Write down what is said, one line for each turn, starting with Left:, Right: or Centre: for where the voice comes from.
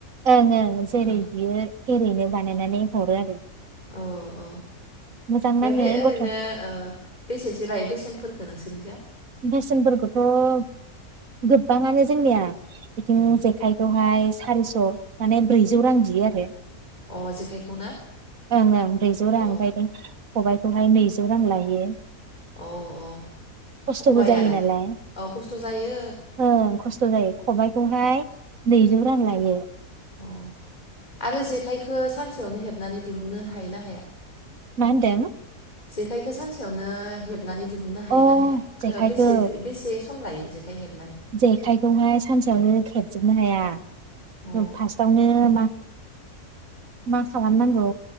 Right: ओं ओं जेरै
Left: ओ
Right: बियो एरैनो बानायनानै हरो आरो
Left: अ औ ओमफ्राय
Right: मोजां नाङो
Left: बे ओरैनो
Right: गथ'
Left: ओ बेसेसो लायो बेसेनखो नोंसोरनि जा
Right: बेेसेनफोरखौथ' गोबाङानो जोंनिया बिदिनो
Left: उम
Right: जेखायखौहाय सारिस' माने ब्रैजौ रां बियो आरो
Left: अ जेखाइखौना
Right: ओं ओं ब्रैजौ
Left: औ
Right: रां बायदों खबाइ बेखौहाय नैजौ रां लायो
Left: औ औ
Right: खस्थ'बो
Left: खबायालाय
Right: जायो नालाय
Left: औ खस्थ' जायो
Right: ओ खस्थ' जायो खबाइखौहाय नैजौ रां लायो
Left: अ आरो जेखाइखो सानसेयावनो हेबनानै दिहुननो हायो ना हाया
Right: मा होनदों
Left: जेखायखौ सानसेयावनो हेब नानै दिहुननो हायो
Right: अ
Left: ना हाया
Right: जेखायखौ
Left: बेसे बेसे सम लायो जेखाय हेब
Right: जेखायखौहाय सानसेयावनो खेबजोबनो हाया <inaudible>
Left: अ
Right: फार्स्टावनो मा मा खालाम नांगौ